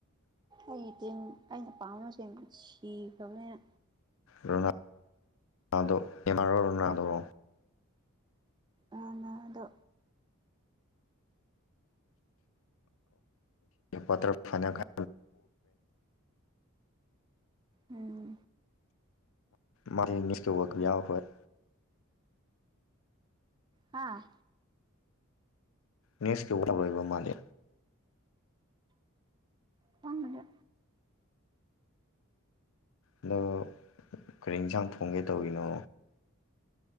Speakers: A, on the right (about 20°); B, on the left (about 65°).
A: ꯑꯩ ꯇꯤꯝ ꯑꯩꯅ ꯄꯥꯝꯕ ꯁꯤꯡ ꯁꯤꯈ꯭ꯔꯕꯅꯤꯅ
B: ꯔꯣꯅꯥ ꯑꯗꯣ ꯅꯦꯃꯔꯔꯣ ꯔꯣꯅꯥꯜꯗꯣꯔꯣ
A: ꯔꯣꯅꯥꯜꯗꯣ
B: ꯋꯇꯔ ꯐꯅꯦꯜ <unintelligible>
A: ꯎꯝ
B: ꯃꯗꯤ ꯅꯤꯛꯁꯀꯤ ꯋꯥꯜ ꯀꯥꯞ ꯌꯥꯎꯔꯔꯣꯏ
A: ꯍꯥꯥ
B: ꯅꯦꯛꯁꯀꯤ <unintelligible> ꯌꯥꯔꯔꯣꯏꯕ ꯃꯥꯗꯤ
A: ꯈꯪꯗꯦ
B: ꯑꯗꯣ ꯀꯔꯤ ꯌꯦꯟꯁꯥꯡ ꯊꯣꯡꯒꯦ ꯇꯧꯔꯤꯅꯣ꯫